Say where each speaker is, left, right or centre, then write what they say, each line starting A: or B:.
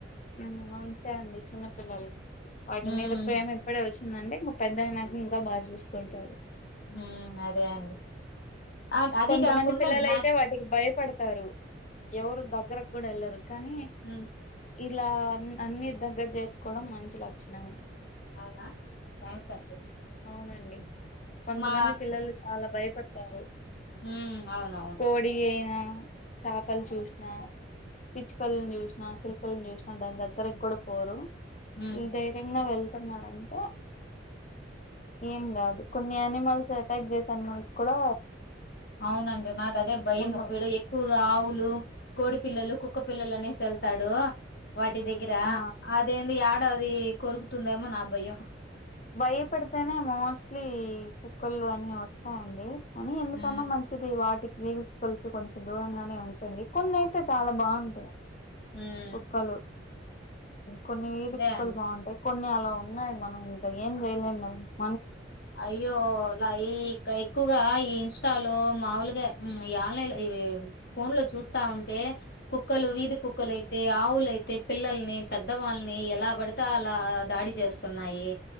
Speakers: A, on the left; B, on the left.
A: మ్ ఉంతే అండి చిన్నపిల్లలు వాటి
B: హ్మ్
A: మీద ప్రేమ ఇప్పుడే వచ్ వచ్చిందంటే ఉ పెద్దయినాక ఇంకా బాగా చూసుకుంటారు
B: ఊ అదే అండి అ అది
A: కొంతమంది
B: కాకుండా
A: పిల్లలయితే
B: నా
A: వాటికి భయపడతారు ఎవరు దగ్గరకు కూడా వెళ్ళరు కానీ
B: హ్మ్
A: ఇలా అన్ అన్ని దగ్గర జేర్చుకోవడం మంచి లక్షణమే
B: అవునా థ్యాంక్స్ అండి
A: అవునండి కొంతమంది
B: మా
A: పిల్లలు చాలా భయపడతారు
B: ఉమ్ అవునవును
A: కోడి అయినా చేపలు చూసిన పిచ్చుకల్ని చూసిన చిల్ లుకల్ని చూసిన దాని దగ్గరకి కూడా పోరు
B: హ్మ్
A: వీళ్ళు ధైర్యంగా వెళ్ <unintelligible> ఏం కాదు కొన్ని యానిమల్స్ అటాక్ చేసే అనిమల్స్ కూడా
B: అవునండి నాకదే భయము
A: ఉండవు
B: వీడ ఎక్కువగా ఆవు లు కోడి పిల్లలు కుక్క పిల్లలనేసి వెళ్తాడు వాటి దగ్గర
A: ఆ
B: అదేంది ఏడ అది కొరుకుతుందేమో నా భయం
A: భయపడితేనే మోస్ట్లీ కుక్కలు అని వస్తాయండి కానీ ఎందుకన్నా
B: హ్మ్
A: మంచిది వాటికి వీధి కుక్కలకి కొంచెం దూరంగానే ఉంచండి కొన్ని అయితే చాలా బాగుంటాయి
B: హ్మ్
A: కుక్కలు కొన్ని వీధి
B: అదే
A: కుక్కలు
B: అండి
A: బాగుంటాయి కొన్ని అలా ఉన్నాయి మనం ఇంక ఏం చేయలేం కనీ
B: అయ్యో లా ఈ ఎక్కువగా ఈ ఇన్స్టాలో మాములుగా హు ఈ ఆన్లైన్ లో ఇవి ఫోన్ లో చూస్తా ఉంటే కుక్కలు వీధి కుక్కలు అయితే ఆవుల్ తైతే పిల్లల్ని పెద్దవాళ్ళని ఎలా పడితే అలా దాడి చేసున్నాయి.